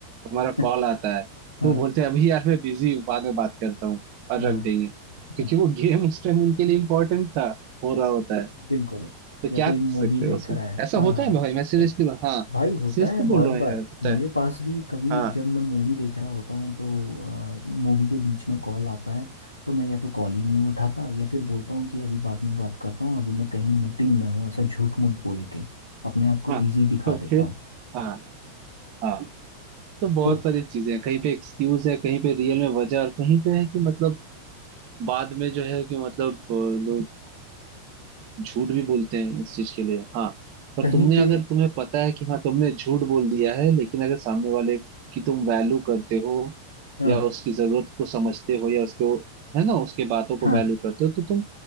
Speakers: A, on the right; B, on the left.
A: हमारा
B: <laughs>
A: कॉल आता है तो
B: हाँ
A: बोलते हैं अभी यार मैं बिजी हूँ बाद में बात करता हूँ और
B: हाँ
A: रख देंगे क्योंकि
B: हाँ
A: वो <laughs> गेम उस टाइम उनके लिए इम्पोर्टेंट था हो रहा होता है
B: बिल्कुल
A: तो
B: या
A: क्या
B: कोई
A: कर
B: मूवी
A: सकते
B: देख
A: हो उसमें
B: रहा है
A: ऐसा
B: हाँ
A: होता
B: हाँ
A: है भाई मैं सीरियसली हाँ
B: भाई होता
A: सीरियसली
B: है बहुत
A: बोल रहा हूँ
B: बार
A: यार होता
B: मेरे
A: है
B: पास भी कभी
A: हाँ
B: जब मैं मूवी देख रहा होता हूँ तो मूवी के बीच में कॉल आता है तो मैं या तो कॉल ही नहीं उठाता या फिर बोलता हूँ कि अभी बाद में बात करता हूँ अभी मैं कहीं मीटिंग में हूँ ऐसा झूठ मूठ बोल के अपने आप को
A: हाँ
B: बिजी दिखा
A: तो
B: देता
A: फिर
B: हूँ
A: हाँ हाँ तो बहुत
B: तो
A: सारी चीजें हैं कहीं पे एक्सक्यूज है कहीं पे रियल में वजह और कहीं पे है कि मतलब बाद में जो है कि मतलब अ, लोग अ, झूठ भी बोलते हैं इस चीज के लिए हाँ पर
B: कहीं
A: तुमने
B: पे
A: अगर तुम्हें पता है कि हाँ तुमने झूठ बोल दिया है लेकिन अगर सामने वाले की तुम वैल्यू करते हो
B: हाँ
A: या उसकी जरूरत को समझते हो या उसको है ना उसके बातों को
B: हाँ
A: वैल्यू करते हो तो तुम